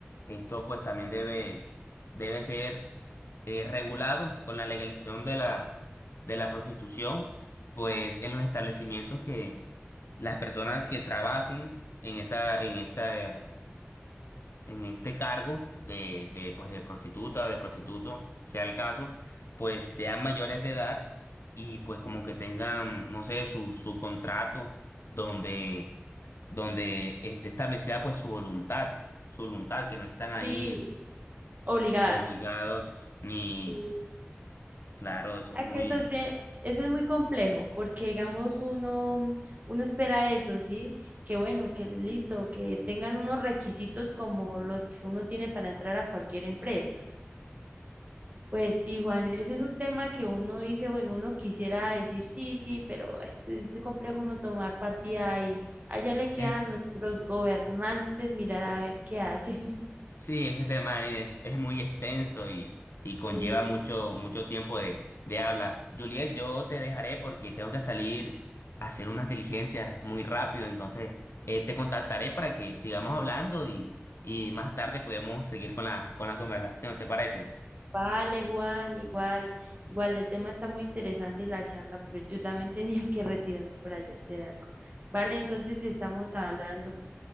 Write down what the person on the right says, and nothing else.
Sí, Obligadas.
sí,
A
que eso, se- eso es muy complejo, porque digamos uno, uno espera eso, ¿sí? Que bueno, que listo, que tengan unos requisitos como los que uno tiene para entrar a cualquier empresa. Pues sí, Juan, eso es un tema que uno dice, bueno, uno quisiera decir sí, sí, pero es, es de complejo uno tomar partida ahí. Allá le queda
a nuestros gobernantes mirar a ver qué hacen. <laughs>
Sí,
vale, Juan, igual, igual el tema está muy interesante y la charla, pero yo también <laughs> tenía que retirarme para allá a hacer algo. Vale, entonces estamos hablando.